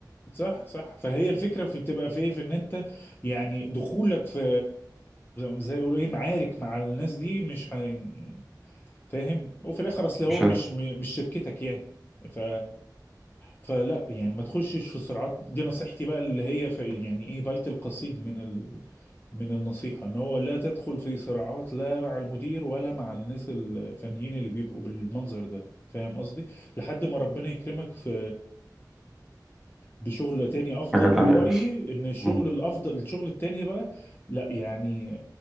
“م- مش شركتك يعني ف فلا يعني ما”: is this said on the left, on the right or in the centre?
Left